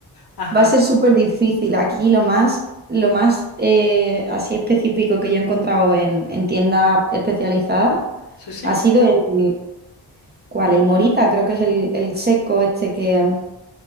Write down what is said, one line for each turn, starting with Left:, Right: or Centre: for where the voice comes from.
Left: ajá,
Right: va a ser súper difícil. Aquí lo más, lo más eh, así específico que yo he encontrado en, en tiendas especializadas
Left: sí, sí.
Right: ha sido el, ¿Cuál? El morita, creo que es el, el seco este que...